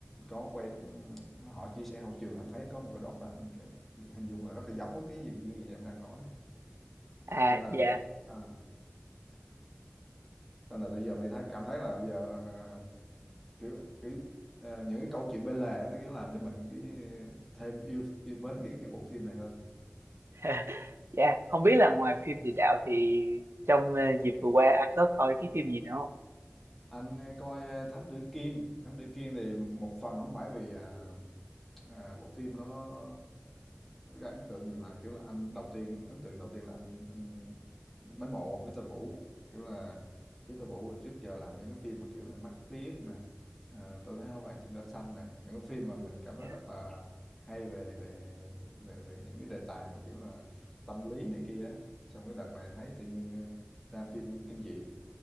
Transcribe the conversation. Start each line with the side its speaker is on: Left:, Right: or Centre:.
Centre: có quay họ chia sẻ hậu trường anh thấy có một cái đoạn đó anh kể- hình dung là rất là giống với cái gì những gì em đang nói
Right: à
Centre: nên là
Right: dạ
Centre: cái à, nên là bây giờ mình thấy cảm thấy là bây giờ à, kiểu kiểu à, những cái câu chuyện bên lề nó kiểu làm cho mình cái thêm yêu yêu mến cái cái bộ phim này hơn
Right: <laughs> Dạ, Không biết là ngoài phim địa đạo thì trong ờ, dịp vừa qua anh có coi cái phim gì nữa không?
Centre: Anh ờ, coi ờ, Thám Tử Kiên, Thám Tử Kiên thì một một phần không phải vì à, à, bộ phim nó gây ấn tượng gì mà kiểu là anh đầu tiên ấn tượng đầu tiên là anh anh mến mộ Victor Vũ, kiểu là Victor Vũ trước giờ làm những cái phim mà kiểu là Mắt Biếc nè, à, Tôi thấy hoa vàng trên cỏ xanh nè, những cái phim mà mình cảm
Right: Dạ.
Centre: thấy rất là hay về về về về những cái đề tài mà kiểu là tâm lý này kia. á. Xong cái đợt này thấy tự nhiên ờ, ra phim kinh dị